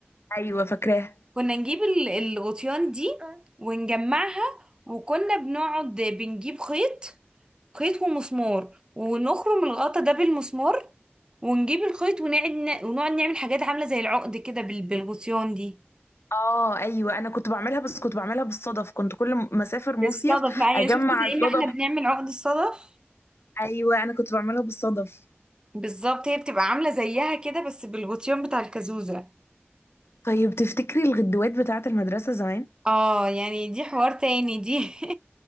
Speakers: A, on the left; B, on the right.
A: ايوه فاكراها
B: كنا نجيب ال- الغطيان دي ونجمعها وكنا بنقعد بنجيب خيط خيط ومسمار ونخرم الغطا ده بالمسمار ونجيب الخيط ونقعد ن... ونقعد نعمل حاجات عاملة زي العقد كده بال... بالغطيان دي
A: اه ايوه انا كنت بعملها بس كنت بعملها بالصدف كنت كل ما اسافر مصيف
B: بالصدف ما هي
A: اجمع
B: شفت زي
A: الصدف
B: ما احنا بنعمل عقد الصدف
A: ايوه انا كنت بعملها بالصدف
B: بالظبط هي بتبقى عاملة زيها كده بس بالغطيان بتاع الكازوزة
A: طيب تفتكري الغدوات بتاعه المدرسه زمان
B: اه يعني دي حوار تاني دي